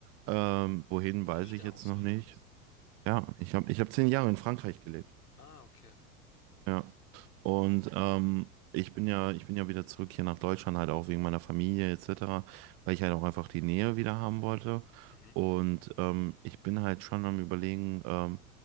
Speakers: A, on the right (about 30°); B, on the left (about 85°).
A: Ähm, wohin weiß
B: Wieder
A: ich jetzt
B: auswandern?
A: noch nicht. Ja, ich habe ich hab zehn Jahre in Frankreich gelebt.
B: Ah, okay.
A: Ja. Und ähm, ich bin ja, ich bin ja wieder zurück hier nach Deutschland, halt auch wegen meiner Familie etc., weil ich halt auch einfach die Nähe wieder haben wollte.
B: Mhm.
A: Und ähm, ich bin halt schon am Überlegen, ähm,